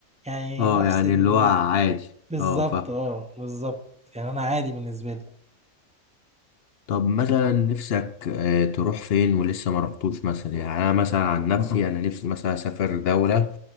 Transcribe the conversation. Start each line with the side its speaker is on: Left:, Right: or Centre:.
Centre: يعني
Left: اه
Centre: نفس
Left: يعني
Centre: البروف
Left: اللي هو عادي
Centre: بالظبط
Left: اه فا
Centre: اه بالظبط يعني انا عادي بالنسبه لي
Left: طب مثلا نفسك آه، تروح فين ولسه ما رحتوش مثلا يعني انا مثلا عن نفسي <laughs> انا نفسي مثلا اسافر دولة